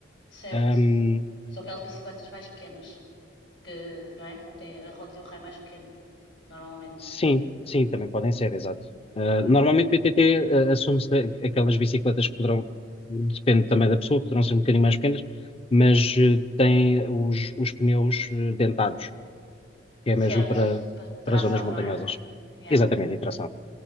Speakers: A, on the left; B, on the left.
A: certo.
B: Ahm,
A: Só aquelas bicicletas mais pequenas. que, não é? Tem a roda e o rei mais pequeno, normalmente.
B: sim, sim, também podem ser, exato. Ah,
A: Ok.
B: normalmente BTT, ah, assume-se a- aquelas bicicletas que poderão, depende também da pessoa, poderão ser um bocadinho mais pequenas, mas eh, têm os, os pneus eh, dentados. que é mesmo
A: Certo,
B: para,
A: pa- tração,
B: para zonas montanhosas.
A: não é? Yeah.
B: Exatamente, e tração.